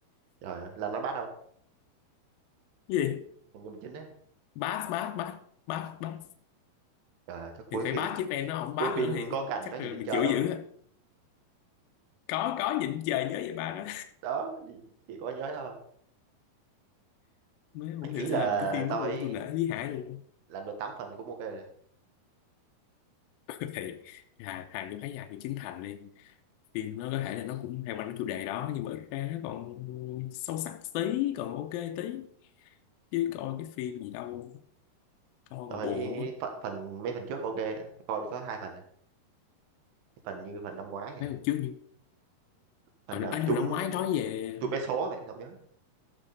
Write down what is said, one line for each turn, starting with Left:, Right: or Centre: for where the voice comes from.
Right: trời ơi, là nó bắt không
Left: Cái gì
Right: nhưng mà chính đấy
Left: bát bát bát bát bát
Right: trời ơi, chắc cuối
Left: thì phải
Right: phim
Left: bát chứ fan nó không bát
Right: cuối phim
Left: nữa thì
Right: có cảnh
Left: chắc
Right: nó nhìn
Left: là
Right: lên
Left: bị
Right: trời
Left: chịu dữ
Right: không
Left: á có có nhịn trời nhớ về ba đó
Right: đó chỉ, chỉ có nhớ thôi
Left: mới không hiểu
Right: ý
Left: sao
Right: là
Left: làm cái phim
Right: tao
Left: mới luôn
Right: thấy
Left: tôi nể lý hải luôn
Right: làm được 8 phần là cũng ok rồi.
Left: <laughs> thì Hà Hà như thấy Hà như Trấn Thành đi phim nó có thể là nó cũng hay quanh cái chủ đề đó nhưng mà ít ra nó còn sâu sắc tí còn ok tí chứ coi cái phim gì đâu coi
Right: tôi
Left: mà buồn
Right: thấy
Left: luôn á
Right: phần, phần mấy phần trước ok coi được có hai phần à. phần như phần năm ngoái vậy
Left: mấy lần trước như
Right: phần
Left: ờ
Right: nào
Left: à,
Right: mà
Left: nhưng
Right: trúng
Left: mà năm ngoái nói về
Right: trúng vé số mày không nhớ